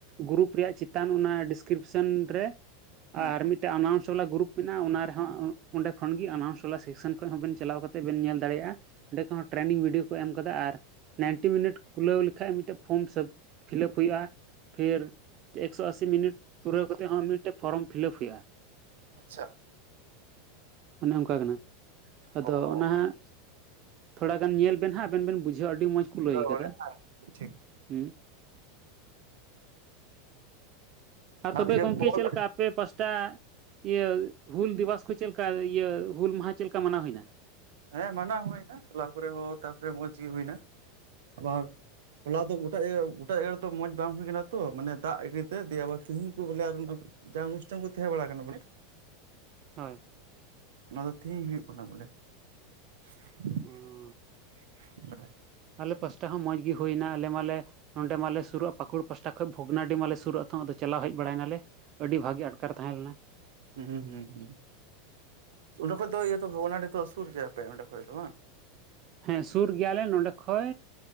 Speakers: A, on the right; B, on the right.
A: ᱜᱨᱩᱨᱩᱯ ᱨᱮᱭᱟᱜ ᱪᱮᱛᱟᱱ ᱚᱱᱟ ᱰᱤᱥᱠᱨᱤᱯᱥᱚᱱ ᱨᱮ
B: ᱦᱩᱸ
A: ᱟᱨ ᱢᱤᱫᱴᱟᱱ ᱟᱱᱟᱣᱩᱱᱥ ᱪᱷᱩᱞᱟ ᱜᱨᱩᱯ ᱢᱮᱱᱟᱜᱼᱟ ᱚᱱᱟ ᱨᱮᱦᱚᱸ ᱚᱰᱮᱠᱷᱚᱱ ᱜᱮ ᱟᱱᱟᱩᱱᱥ ᱵᱟᱞᱟ ᱥᱮᱠᱥᱮᱱ ᱠᱷᱚᱡ ᱦᱚᱸᱵᱤᱱ ᱪᱟᱞᱟᱣ ᱠᱟᱛᱮ ᱵᱮᱱ ᱧᱮᱞ ᱫᱟᱲᱮᱭᱟᱜᱼᱟ ᱚᱸᱰᱮ ᱠᱷᱚᱱ ᱴᱨᱮᱱᱤᱝ ᱵᱷᱤᱰᱤᱭᱚ ᱠᱚ ᱮᱢ ᱠᱟᱫᱟ ᱟᱨ ᱱᱟᱭᱤᱱᱴᱤ ᱢᱤᱱᱤᱴ ᱠᱷᱩᱞᱟᱹᱣ ᱞᱮᱠᱷᱟᱡ ᱢᱤᱫᱴᱮᱱ ᱯᱷᱚᱨᱚᱢ ᱯᱷᱤᱞᱟᱯ ᱦᱩᱭᱩᱜᱼᱟ ᱯᱷᱤᱨ ᱮᱠᱥᱚ ᱟᱥᱤ ᱢᱤᱱᱤᱴ ᱯᱩᱨᱟᱹᱣ ᱠᱟᱛᱮ ᱦᱚᱸ ᱢᱤᱫ <unintelligible> ᱯᱷᱚᱨᱚᱢ ᱯᱷᱤᱞᱟᱯ ᱦᱩᱭᱩᱜᱼᱟ
B: ᱟᱪᱪᱷᱟ
A: ᱚᱱᱮ ᱚᱝᱠᱟ ᱠᱟᱱᱟ ᱟᱫᱚ
B: ᱚ
A: ᱚᱱᱟᱦᱟᱸᱜ ᱛᱷᱚᱲᱟ ᱜᱟᱱ ᱧᱮᱞ ᱵᱮᱱ ᱦᱟᱸᱜ ᱟᱵᱮᱱ ᱵᱮᱱ ᱵᱩᱡᱷᱟᱹᱣᱟ ᱟᱹᱰᱤ ᱢᱚᱸᱡᱽ ᱠᱚ ᱞᱟᱹᱭ ᱟᱠᱟᱫᱟ
B: ᱚᱸᱰᱮ ᱴᱷᱤᱠ
A: ᱦᱩᱸ ᱟᱨ ᱛᱚᱵᱮ
B: ᱤᱭᱟᱹ
A: ᱜᱚᱝᱠᱮ
B: ᱠᱚᱞ
A: ᱪᱮᱫ ᱞᱮᱠᱟ? ᱟᱯᱮ ᱯᱟᱥᱴᱟ ᱤᱭᱟᱹ ᱦᱩᱞ ᱫᱤᱵᱚᱥ ᱠᱚ ᱪᱮᱫᱠᱟ ᱤᱭᱟᱹ ᱦᱩᱞ ᱢᱟᱦᱟ ᱪᱮᱫ ᱞᱮᱠᱟ ᱢᱟᱱᱟᱣ ᱦᱩᱭᱱᱟ
B: ᱦᱮᱸ ᱢᱟᱱᱟᱣ ᱦᱩᱭᱱᱟ ᱴᱚᱞᱟ ᱠᱚᱨᱮ ᱦᱚ ᱛᱟᱯᱚᱨᱮ ᱢᱚᱸᱡᱽ ᱜᱮ ᱦᱩᱭᱱᱟ ᱟᱵᱟᱨ ᱦᱚᱞᱟ ᱫᱚ ᱜᱚᱴᱟ ᱤᱭᱟᱹ ᱜᱚᱴᱟ ᱛᱮ ᱢᱚᱸᱡᱽ ᱵᱟᱝ ᱦᱩᱭ ᱠᱟᱱᱟ ᱛᱚ ᱢᱟᱱᱮ ᱫᱟᱜ ᱤᱫᱤ ᱛᱮ ᱫᱤᱭᱮ ᱟᱵᱟᱨ ᱛᱤᱦᱤᱧ ᱠᱚ ᱵᱚᱞᱮ ᱟᱨ ᱡᱟ ᱚᱱᱩᱥᱴᱷᱟᱱ ᱠᱚ ᱛᱟᱦᱮᱸ ᱵᱟᱲᱟ ᱠᱟᱱᱟ <unintelligible>
A: ᱦᱚᱭ
B: ᱚᱱᱟ ᱫᱚ ᱛᱤᱦᱤᱧ ᱦᱩᱭᱩᱜ ᱠᱟᱱᱟ ᱵᱚᱞᱮ <inaudible>
A: <unintelligible>
B: <unintelligible>
A: ᱟᱞᱮ ᱯᱟᱥᱴᱟ ᱦᱚᱸ ᱢᱚᱸᱡᱽ ᱜᱮ ᱦᱩᱭᱱᱟ ᱟᱞᱮ ᱢᱟᱞᱮ ᱱᱚᱸᱰᱮ ᱢᱟᱞᱮ ᱥᱩᱨᱩᱜᱼᱟ ᱯᱟᱠᱩᱲ ᱯᱟᱥᱴᱟ ᱠᱷᱚᱡ ᱵᱷᱚᱜᱽᱱᱟᱰᱤ ᱢᱟᱞᱮ ᱥᱩᱨᱩᱜᱼᱟ ᱱᱤᱛᱚᱝ ᱟᱫᱚ ᱪᱟᱞᱟᱣ ᱦᱮᱡ ᱵᱟᱲᱟᱭ ᱱᱟᱞᱮ ᱟᱹᱰᱤ ᱵᱷᱟᱜᱮ ᱟᱴᱠᱟᱨ ᱛᱟᱦᱮᱸ ᱞᱮᱱᱟ
B: ᱦᱩᱸ ᱦᱩᱸ ᱦᱩᱸ ᱚᱸᱰᱮ ᱠᱷᱚᱡ ᱫᱚ ᱤᱭᱟᱹ ᱛᱚ ᱵᱷᱚᱜᱽᱱᱟᱰᱤ ᱫᱚ ᱥᱩᱨ ᱜᱮᱭᱟᱯᱮ ᱚᱸᱰᱮᱠᱷᱚᱡ ᱫᱚ ᱵᱟᱝ?
A: ᱦᱮᱸ ᱥᱩᱨ ᱜᱮᱭᱟᱞᱮ ᱱᱚᱰᱮ ᱠᱷᱚᱡ